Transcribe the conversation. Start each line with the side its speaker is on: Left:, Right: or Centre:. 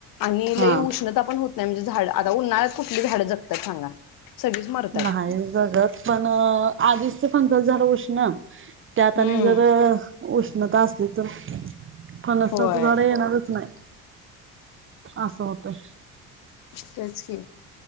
Left: आणि
Right: हा
Left: लई उष्णता पण होत नाही, म्हणजे झाड आता उन्हाळ्यात कुठली झाड जग तात सांगा. सगळीच मरतात
Right: नाही जगत पण आधीच ते फणसाच झाड उष्ण त्यात
Left: हम्म
Right: आणि जर उष्णता असली तर, फणसाचं
Left: होय
Right: झाड येणारच नाही. असं होतयं.
Left: तेच की,